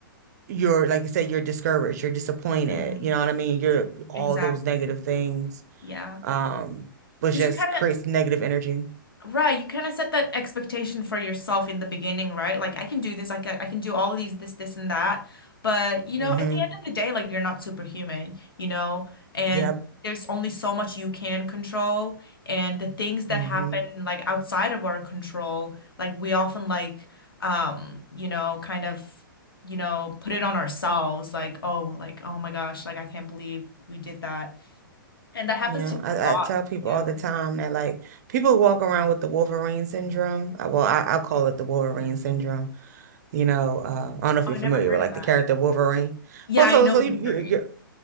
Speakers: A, on the right; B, on the left.
A: you're like you said, you're discouraged, you're disappointed.
B: hmm
A: You know what I mean? You're all
B: Exactly.
A: those negative things,
B: Yeah,
A: um, which
B: because
A: just
B: you kind
A: creates
B: of
A: negative energy.
B: Right, you kind of set that expectation for yourself in the beginning, right? Like I can do this, I can I can do all these this this and that. But, you
A: Mm-hmm.
B: know, at the end of the day, like you're not superhuman, you know, and
A: Yeah,
B: there's only so much you can control and the things that
A: hmm
B: happen like outside of our control, like we often like um, you know, kind of, you know, put it on ourselves like, oh, like oh my gosh, like I can't believe we did that. And that happens
A: Yeah,
B: to me
A: I,
B: a lot
A: I tell people
B: too.
A: all the time that like people walk around with the Wolverine syndrome. Uh, Well, I, I call it the Wolverine syndrome. You know, uh, I don't know if you're
B: Oh, I
A: familiar
B: never heard
A: with like
B: of that.
A: the character Wolverine.
B: Yeah,
A: Well, so
B: I know
A: so
B: Wolverine.
A: you, you you're